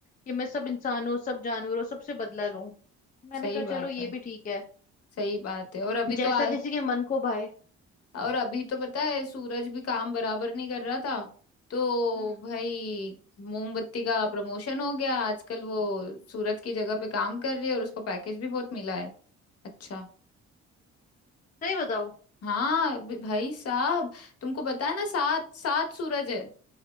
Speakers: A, on the left; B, on the left.
A: कि मैं सब इंसानों सब जानवरों सबसे बदला लूं मैंने
B: सही
A: कहा
B: बात
A: चलो ये
B: है
A: भी ठीक है
B: सही बात है और अभी तो
A: जैसा
B: आ,
A: किसी के मन को भाए
B: और अभी तो पता है सूरज भी काम बराबर नहीं कर रहा था तो
A: हम्म
B: भाई मोमबत्ती का प्रमोशन हो गया आजकल वो सूरज की जगह पे काम कर रही है और उसको पैकेज भी बहुत मिला है अच्छा
A: सही बताओ
B: हाँ भ- भाई साहब तुमको पता है ना सात सात सूरज है